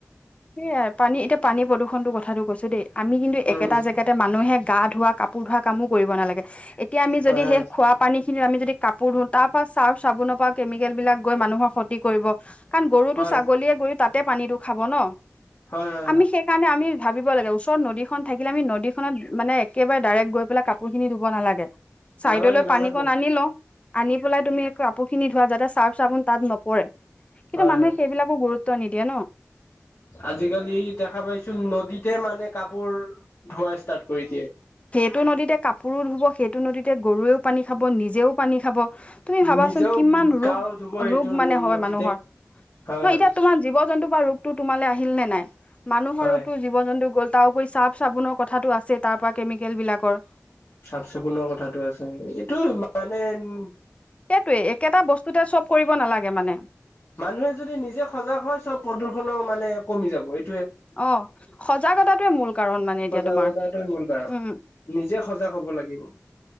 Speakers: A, on the left; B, on the left.
A: সেইয়াই পানী এতিয়া পানী প্ৰদূষণটোৰ কথাটো কৈছো দেই আমি কিন্তু
B: উম
A: একেটা জেগাতে মানুহে গা ধোৱা, কাপোৰ ধোৱা কামো কৰিব নালাগে। এতিয়া আমি
B: হয়
A: যদি
B: হয়
A: সেই খোৱা পানী খিনি আমি যদি কাপোৰ ধুও, তাৰ পৰা চাৰ্ফ চাবোনৰ পৰা কেমিকেল বিলাক গৈ মানুহৰ ক্ষতি কৰিব। কাৰণ গৰুটো
B: হয়
A: ছাগলীয়ে গৈ তাতে পানীটো খাব ন'
B: হয় হয়
A: আমি
B: হয়
A: সেইকাৰণে আমি ভাবিব লাগে ওচৰত নদীখন থাকিলে আমি নদীখনত মানে একেবাৰে ডাইৰেক্ট গৈ পেলাই কাপোৰ খিনি ধুব নালাগে। চাইডলৈ
B: নালাগে নালাগে
A: পানীকণ আনি লও। আনি পেলাই তুমি কাপোৰ খিনি ধোৱা যাতে চাৰ্ফ চাবোন তাত নপৰে কিন্তু
B: হয়
A: মানুহে
B: হয়
A: সেইবিলাকো গুৰুত্ব নিদিয়ে ন।
B: আজিকালি দেখা পাইছো নদীতে মানে কাপোৰ ধোৱা ষ্টাৰ্ট কৰি দিয়ে।
A: টো নদীতে কাপোৰো ধুব, সেইটো নদীতে গৰুৱেও পানী খাব নিজেও পানী খাব। তুমি ভাবাচোন
B: নিজেও
A: কিমান ৰোগ
B: গাও ধুব
A: -
B: এইটো
A: ৰোগ মানে হয়
B: নদীতে
A: মানুহৰ।
B: হয়
A: নহ
B: হয়
A: এতিয়া তোমাৰ জীৱ জন্তু তোমাৰ ৰোগতো তোমালে আহিল নে নাই? মানুহৰ
B: হয়
A: ৰোগটো জীৱ জন্তু গ'ল তাৰ উপৰি ছাৰ্ফ চাবোনৰ কথাটো আছে তাৰ পৰা কেমিকেল বিলাকৰ
B: চাফ চিকুণৰ কথাটো আছে এইটো মানে উ
A: সেইটোয়ে একেটা বস্তুতে চব কৰিব নালাগে মানে।
B: মানুহে যদি নিজে সজাগ হয় চব প্ৰদূষণো মানে কমি যাব। এই
A: অ' সজাগতাটোৱে মূল কাৰণ মানে
B: সজাগতাটো
A: এতিয়া তোমাৰ,
B: মূল কাৰণ
A: উম।
B: নিজে সজাগ হ'ব লাগিব।